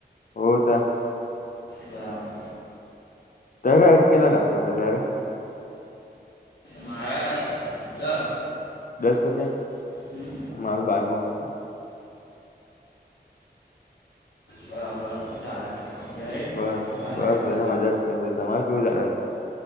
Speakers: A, on the left; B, on the left.
A: હો તા
B: બરાબર
A: ત કાય કેટલા ટાસક પતયા તારે
B: મારે દસ
A: દસ પત્યા
B: હમ
A: મારું બારમો થશે
B: બરાબર બરાબર શું ચાલે? ઘેરે
A: બસ
B: કે બાર
A: બસ
B: બેઠા
A: બધા મજા જ છે તમારે કેવું ચાલે